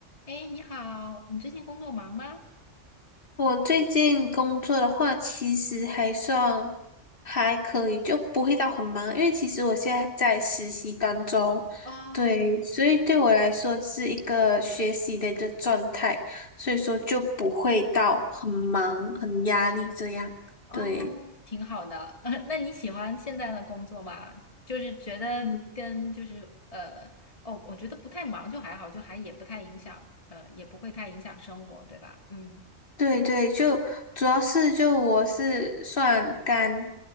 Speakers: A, on the left; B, on the left.
A: 哎，你好，你最近工作忙吗？
B: 我最近工作的话，其实还算还可以，就不会到很忙，因为其实我现在在实习当中，
A: 哦
B: 对，所以对我来说是一个学习的一个状态，所以说就不会到很忙、很压力这样，
A: 哦，
B: 对。
A: 挺好的。<laughs> 那你喜欢现在的工作吗？就是觉得跟就是呃，
B: 嗯，
A: 哦，我觉得不太忙就还好，就还也不太影响，呃，也不会太影响生活，对吧？嗯，
B: 对对，就主要是就我是算刚